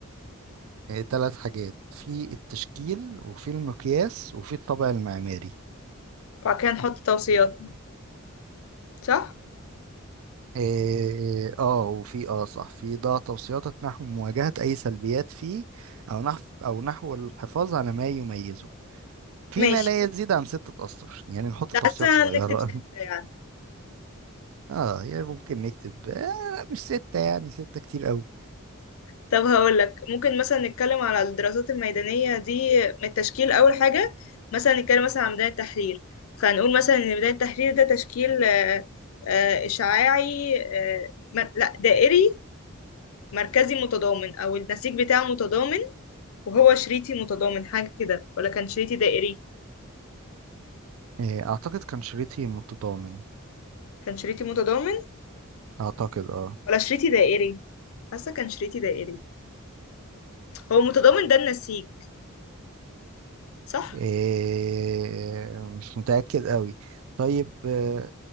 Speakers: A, on the right; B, on the left.
A: ثلاث حاجات في التشكيل وفي المقياس وفي الطابع المعماري
B: وبعد كده نحط توصياتنا صح
A: إيه، اه وفي اه صح في ضع توصياتك نحو مواجهة أي سلبيات فيه أو نحو أو نحو الحفاظ على ما يميزه فيما
B: ماشي
A: لا يزيد عن ستة أسطر يعني نحط توصيات
B: حاسة
A: صغيرة
B: هنكتب ستة يعني
A: <laughs> اه يعني ممكن نكتب آه مش ستة يعني ستة كتير أوي
B: طب هقول لك ممكن مثلا نتكلم على الدراسات الميدانية دي من التشكيل أول حاجة مثلا نتكلم مثلا عن ميدان التحرير فهنقول مثلا إن ميدان التحرير ده تشكيل آه، آه، إشعاعي آه، مر... لا دائري مركزي متضامن أو النسيج بتاعه متضامن وهو شريطي متضامن حاجة كده ولا كان شريطي دائري
A: إيه، أعتقد كان شريطي متضامن
B: كان شريطي متضامن
A: أعتقد اه
B: ولا شريطي دائري حاسة كان شريطي دائري هو متضامن ده النسيج صح
A: إيه، مش متأكد أوي طيب آه،